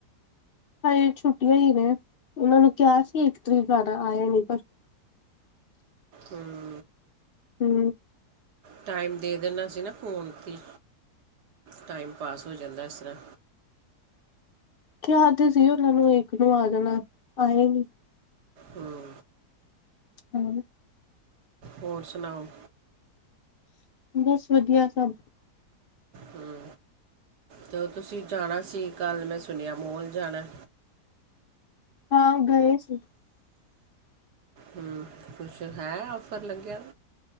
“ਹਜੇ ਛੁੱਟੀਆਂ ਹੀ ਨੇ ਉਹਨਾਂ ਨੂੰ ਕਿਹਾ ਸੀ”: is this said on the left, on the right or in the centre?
Left